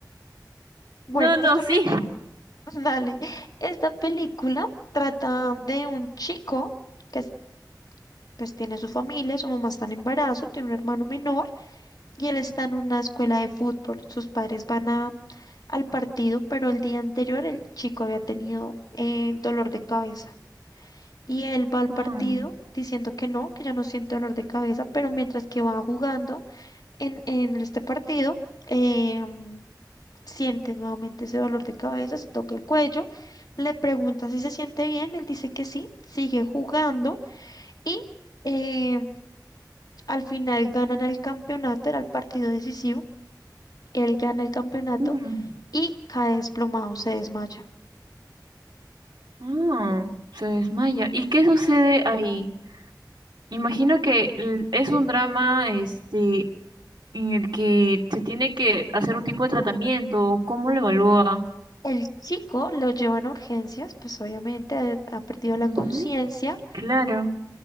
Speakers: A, on the left (about 60°); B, on the right (about 80°).
A: Bueno,
B: No, no,
A: esta
B: sí.
A: película, <laughs> dale, esta película trata de un chico que es- pues tiene su familia, su mamá está en embarazo, tiene un hermano menor y él está en una escuela de fútbol. Sus padres van a, al partido, pero el día anterior el chico había tenido eh, dolor de cabeza y él va al partido
B: Mm,
A: diciendo que no, que ya no siente dolor de cabeza, pero mientras que va jugando en, en este partido, em, siente nuevamente ese dolor de cabeza, se toca el cuello, le pregunta si se siente bien, él dice que sí, sigue jugando y eh, al final ganan el campeonato, era el partido decisivo, él gana el campeonato
B: mm,
A: y cae desplomado, se desmaya.
B: mm, se desmaya. ¿Y qué sucede ahí? Imagino que l- es un drama, este, en el que se tiene que hacer un tipo de tratamiento. o ¿Cómo lo evalúa?
A: El chico lo llevan a urgencias, pues obviamente ha, ha perdido
B: Ujú,
A: la conciencia.
B: claro.